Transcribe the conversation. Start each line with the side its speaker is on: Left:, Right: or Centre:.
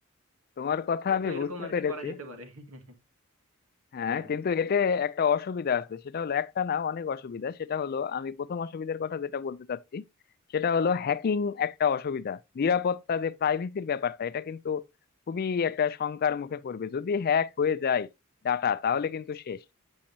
Left: তোমার কথা
Right: এই
Left: আমি
Right: তো এরকম
Left: বুঝতে
Right: আর
Left: পেরেছি
Right: কি করা যেতে পারে <laughs>
Left: হ্যাঁ
Right: হ্যাঁ
Left: কিন্তু এতে একটা অসুবিধা আছে সেটা হলো একটা না অনেক অসুবিধা সেটা হলো আমি প্রথম অসুবিধার কথা যেটা বলতে চাচ্ছি সেটা হলো হ্যাকিং একটা অসুবিধা নিরাপত্তা যে প্রাইভেসির ব্যাপারটা এটা কিন্তু খুবই একটা শঙ্কার মুখে পড়বে যদি হ্যাক হয়ে যায় ডাটা তাহলে কিন্তু শেষ